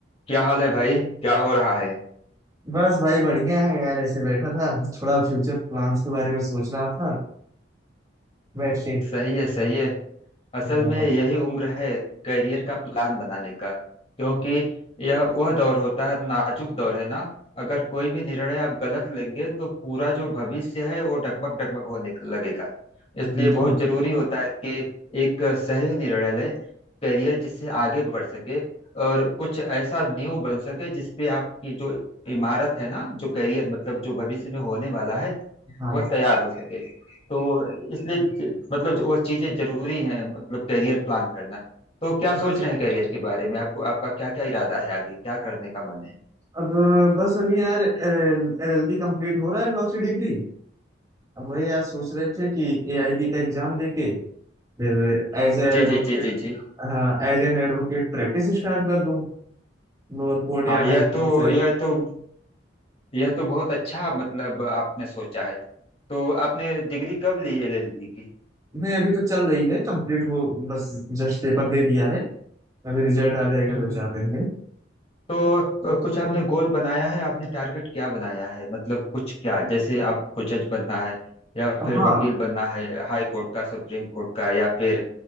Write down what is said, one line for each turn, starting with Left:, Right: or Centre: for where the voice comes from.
Left: क्या हाल है भाई क्या हो रहा है
Right: बस भाई बढ़िया है यार ऐसे बैठा था थोड़ा फ्यूचर प्लान्स के बारे में सोच रहा था बैठ के
Left: सही है सही है असल
Right: हाँ,
Left: में यही उम्र है करियर का प्लान बनाने का क्योंकि यह वह दौर होता है नाजुक दौर है ना अगर कोई भी निर्णय आप गलत लेंगे तो पूरा जो भविष्य है वो डगमग डगमग होने लगेगा इसलिए
Right: बिल्कुल
Left: बहुत जरूरी होता है कि एक सही निर्णय लें करियर जिससे आगे बढ़ सके और कुछ ऐसा नींव बन सके जिसपे आपकी जो इमारत है ना जो करियर मतलब जो भविष्य में होने वाला है
Right: हाँ
Left: वह तैयार हो सके तो इसलिए ज- मतलब जो वह चीजें जरूरी हैं मतलब करियर प्लान करना तो क्या
Right: बस
Left: सोच रहे हैं करियर के बारे में आपको आपका क्या क्या इरादा है आगे क्या करने का मन है
Right: अब बस अभी यार एलएलबी कंप्लीट हो रहा है लॉ की डिग्री अब वही यार सोच रहे थे कि एआईबी का एग्जाम देके फिर एज ए
Left: जी
Right: एडवोकेट
Left: जी जी जी जी
Right: हाँ as an advocate practice start कर दूं लोअर कोर्ट
Left: हाँ
Right: या हाई
Left: यह
Right: कोर्ट
Left: तो
Right: से
Left: यह तो यह तो बहुत अच्छा मतलब आपने सोचा है तो आपने डिग्री कब ली एलएलबी की
Right: नहीं अभी तो चल रही है कंप्लीट हो बस जस्ट पेपर दे दिया है अभी रिजल्ट आ जाएगा
Left: हम्म
Right: दो
Left: हम्म।
Right: चार दिन में
Left: तो अ, कुछ आपने गोल बनाया है आपने टारगेट क्या बनाया है मतलब कुछ क्या जैसे आपको जज बनना है या फिर
Right: हाँ
Left: वकील बनना है हाई कोर्ट का सुप्रीम कोर्ट का या फिर